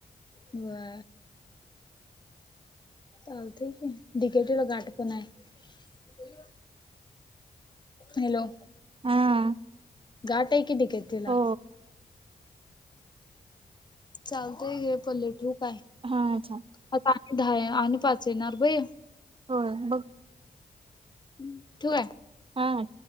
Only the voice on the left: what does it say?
कंवा चालत की िकेटीला गाठ पण आहे हॅलो
गा ट कि टिकेला
चालतय घ पल्ले ठूक आहे
आता आणि दहा आणि पाच येणार बई
ह् ठू आहे